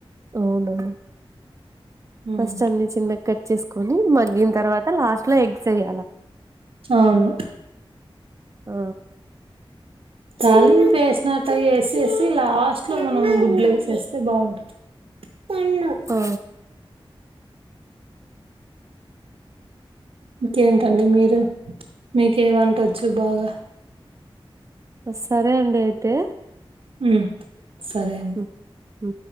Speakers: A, on the right (about 35°); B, on the right (about 85°).
A: అవునా
B: ఉమ్
A: ఫస్ట్ అన్ని చిన్నగా కట్ చేసుకొని మగ్గిన తర్వాత లాస్ట్ ఎట్లా ఎగ్ ఎయ్యాల
B: అవును
A: ఆ
B: తలింపు వేసినట్టటు వేసేసి లాస్ట్ లో మనం. గుడ్లు వేస్తే బాగుంటది తెన్ను
A: ఆ
B: ఇంకేంటండి మీరు మీకేం వంటవచ్చు బాగా
A: సరే అండి అయితే
B: ఉ సరేం
A: ఉ హు